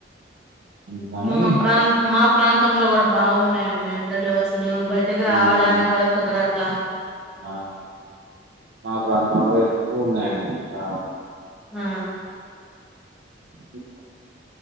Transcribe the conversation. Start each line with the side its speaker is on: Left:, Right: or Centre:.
Right: అందుకని
Centre: మా ప్రాంత మా ప్రాంతంలో కూడా బాగున్నాయండి ఎండలు అసలు అసలు బయటకి
Right: ఉమ్,
Centre: రావడానికి కూడా కుదరట్లా
Right: ఆ మా ప్రాంతంలో ఎక్కువ ఉన్నాయండి ఇంకా
Centre: ఆ
Right: ఉ